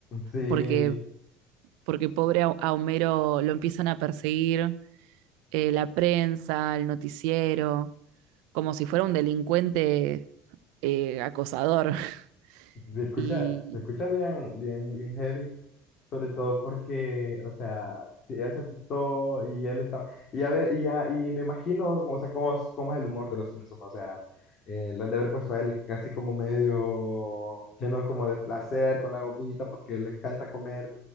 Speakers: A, on the left; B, on the right.
A: Sí,
B: porque, porque pobre a, a Homero lo empiezan a perseguir eh, la prensa, el noticiero, como si fuera un delincuente eh, acosador. <laughs>
A: se escucha,
B: Y
A: se escucha bien, bien, bien heavy. Sobre todo porque, o sea, si ella se asustó y él estaba. Y ya, ve- y ya y me imagino, o sea, cómo es, cómo es el humor de los Simpsons. O sea, eh, lo han de haber puesto a él así como medio lleno como de placer con la gomita porque le encanta comer